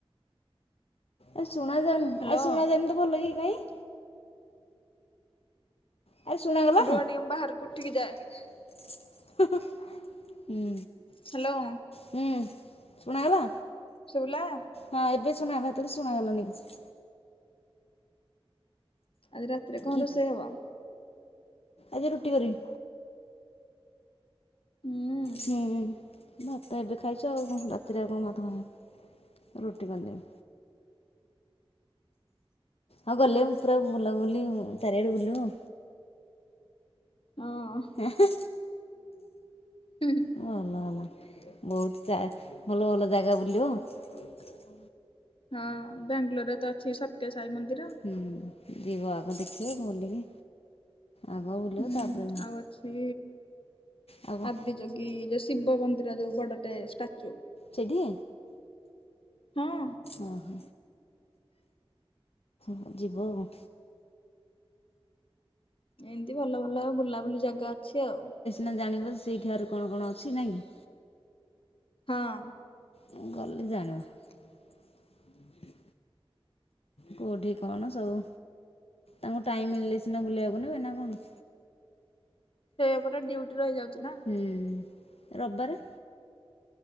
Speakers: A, on the left (about 85°); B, on the left (about 65°).
A: ଆ ଶୁଣା ଯାଉନି
B: ହ୍ୟାଲୋ
A: ଏ ଶୁଣା ଯାଉନି ତ ଭଲ କି କାଇଁ? ଆରେ ଶୁଣାଗଲା
B: ରୁହ
A: ହା
B: ଟିକେ ମୁଁ ବାହାରକୁ ଉଠିକି ଯାଏ।
A: ହା ହୁଁ
B: ହ୍ୟାଲୋ
A: ହୁଁ ଶୁଣାଗଲା।
B: ଶୁଭିଲା?
A: ହଁ ଏବେ ଶୁନାଗଲା ହେତେବେଳେ ଶୁଣାଗଲାନି କିଛି।
B: ଆଜି ରାତିରେ କଣ
A: କି
B: ରୋଷେଇ ହବ?
A: ଆଜି ରୁଟି କରିବି।
B: ହୁଁ
A: ହୁଁ ଭାତ ଏବେ ଖାଇଛୁ ଆଉ ରାତିରେ ଆଉ କଣ ଭାତ ଖାଇବା। ରୁଟି କରିଦେବି। ଆଉ ଗଲେ ମୁଁ ପୁରା ବୁଲାବୁଲି ଉଁ ଚାରିଆଡ଼େ ବୁଲିବୁ।
B: ହଁ।
A: ଏହେଁ
B: ହୁଁ
A: ହ ଭଲ ହେଲା। ବୋହୁତ ଚା ଭଲ ଭଲ ଜାଗା ବୁଲିବ। <unintelligible>
B: ହଁ ବ୍ୟାଙ୍ଗଲୋର ତ ଅଛି ଏ ସ ତ୍ୟ ସାଇ ମନ୍ଦି
A: ହୁଁ ଯିବ ଆଗ ଦେଖିବ ବୁଲିକି ଆଗ ବୁଲିବ
B: ହୁଁ
A: ତାପରେ
B: ଆଉ ଅଛି
A: ଆଉ କଣ
B: ଆଦି ଯୋଗୀ ଯୋଉ ଶିବ ମନ୍ଦିର ଯୋଉ ବଡ଼ ଟେ ଷ୍ଟାଚୁ।
A: ସେଇଠି?
B: ହଁ।
A: ଅହ ହଁ ଯିବ ଆଉ।
B: ଏଁତି ଭଲ ଭଲ ବୁଲାବୁଲି ଜାଗା ଅଛି ଆଉ।
A: ନା ଜାଣିବ ସେଇଠି ଆହୁରି କଣ କଣ ଅଛି ନା କି?
B: ହଁ।
A: ଅଁ ଗଲେ ଜାଣିବ। କୋଉଠି କଣ ସବୁ? ତାଙ୍କୁ ଟାଇମ ମିଳିଲେ ସିନା ବୁଲେଇବାକୁ ନେବେ ନା କଣ?
B: ଏବେ ପୁରା ଡ୍ୟୁଟି ରହିଯାଉଛି ନା।
A: ହୁଁ ରବିବାରେ?